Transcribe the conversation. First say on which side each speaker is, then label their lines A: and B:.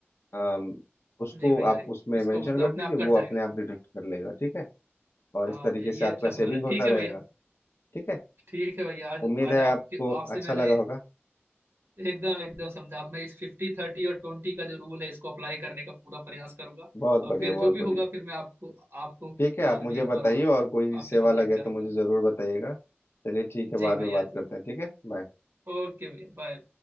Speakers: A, on the left; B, on the right.
A: अम, उसको
B: जी भैया
A: आप उसमें
B: इसको
A: मेंशन
B: मतलब
A: कर
B: अपने
A: दीजिए
B: आप
A: वो
B: कट जाएगा
A: अपने आप डिडक्ट कर लेगा ठीक है और
B: हाँ
A: इस तरीके
B: भैया
A: से
B: ये
A: आपका
B: अच्छा
A: सेविंग
B: प्लान है
A: होता
B: ठीक है
A: रहेगा
B: भैया
A: ठीक है
B: ठीक है भैया आज
A: उम्मीद
B: आज
A: है
B: आपके
A: आपको
B: आपसे
A: अच्छा
B: मैंने
A: लगा होगा
B: एकदम एकदम समझा मैं इस फिफ्टी थर्टी और ट्वेंटी का जो रूल है इसको अप्लाई करने का पूरा प्रयास करूंगा
A: बहुत
B: और
A: बढ़िया
B: फिर
A: बहुत
B: जो भी
A: बढ़िया
B: होगा फिर मैं आपको आपको
A: ठीक है आप
B: बाद
A: मुझे
B: में एक
A: बताइए
B: बार और
A: और कोई
B: आपसे
A: सेवा
B: कांटेक्ट
A: लगे
B: करूंगा
A: तो मुझे ज़रूर बताइएगा चलिए ठीक है
B: जी
A: बाद
B: भैया
A: में बात
B: जी
A: करते हैं ठीक है बाय
B: ओके भैया बाय